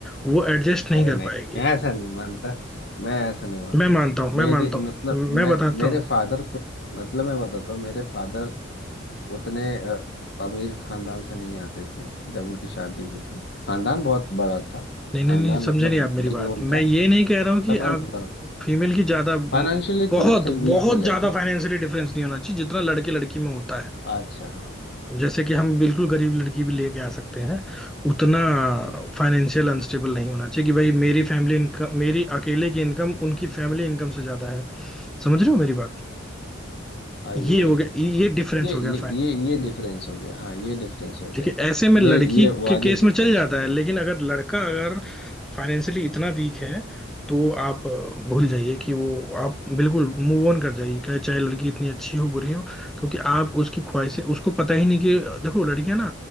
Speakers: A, in the centre; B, on the left.
A: वो एडजस्ट नहीं
B: अरे
A: कर
B: नहीं
A: पाएगी
B: मैं ऐसा नहीं मानता मैं ऐसा नहीं मानता
A: मैं मानता हूँ
B: मेरी
A: मैं मानता
B: मतलब
A: हूँ मैं
B: मैं
A: बताता
B: मेरे
A: हूँ
B: फादर को मतलब मैं बताता हूँ मेरे फादर उतने अ, अमीर खानदान से नहीं आते थे जब उनकी शादी हुई थी खानदान बहुत बड़ा था
A: नहीं नहीं
B: खानदान
A: नहीं समझ
B: मतलब
A: रही आप
B: वेल
A: मेरी बात
B: नोन था
A: मैं ये नहीं कह रहा हूँ कि
B: तब मैं
A: आप
B: बता रहा हूँ
A: फीमेल की ज्यादा म,
B: फाइनेंशियली
A: बहुत
B: थोड़े से वीक
A: बहुत
B: हो गए
A: ज्यादा
B: थे
A: फाइनेंशियली डिफरेंस नहीं होना चाहिए जितना लड़के लड़की में होता है
B: अच्छा हाँ
A: जैसे कि हम बिल्कुल गरीब लड़की भी लेके आ सकते हैं उतना
B: हम्म,
A: फाइनेंशियल अनस्टेबल नहीं होना चाहिए कि भाई मेरी फैमिली इनकम मेरी अकेले की इनकम उनकी फैमिली इनकम से ज्यादा है समझ रहे हो मेरी बात
B: हाँ
A: ये
B: ये
A: हो
B: है
A: गया ये डिफरेंस
B: ये
A: हो गया
B: ये ये ये डिफरेंस हो गया हाँ ये डिफरेंस हो गया
A: देखिए ऐसे में
B: ये
A: लड़की
B: ये वाजिब
A: के केस
B: डिफरेंस
A: में चल जाता
B: हो गया
A: है लेकिन अगर लड़का अगर फाइनेंशियली इतना वीक है तो आप अ, भूल जाइए कि वो आप बिल्कुल मूव ऑन कर जाइए चाहे चाहे लड़की इतनी अच्छी हो बुरी हो क्योंकि आप उसकी ख्वाहिशें उसको पता ही नहीं कि देखो लड़कियां ना